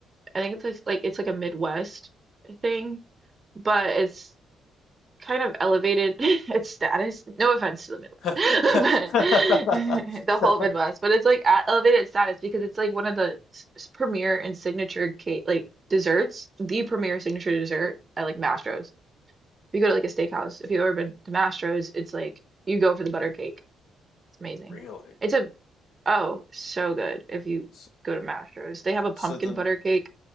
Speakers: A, on the right; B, on the left.
A: I think it's like, like it's like a Midwest thing, but it's kind of elevated <laughs> its status. No offense to the Midwest,
B: <laughs>
A: <laughs> but <laughs> the whole Midwest, but it's like at elevated status because it's like one of the s- premier and signature cake like desserts, the premier signature dessert at like Mastro's. If you go to like a steakhouse, if you've ever been to Mastro's, it's like you go for the butter cake. It's amazing.
B: Really?
A: It's a oh, so good if you
B: S-
A: go to Mastro's. They have a pumpkin
B: So then
A: butter cake